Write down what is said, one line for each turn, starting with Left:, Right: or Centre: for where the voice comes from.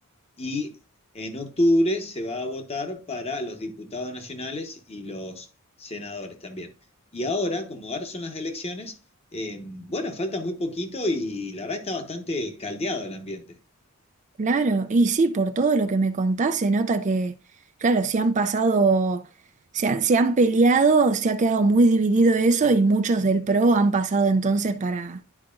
Left: y en octubre se va a votar para los diputados nacionales y los senadores también. Y ahora, como ahora son las elecciones, eh, bueno, falta muy poquito y la verdad está bastante caldeado el ambiente.
Right: Claro, y sí, por todo lo que me contás se nota que, claro, se han pasado, se han, se han peleado, se ha quedado muy dividido eso y muchos del PRO han pasado entonces para,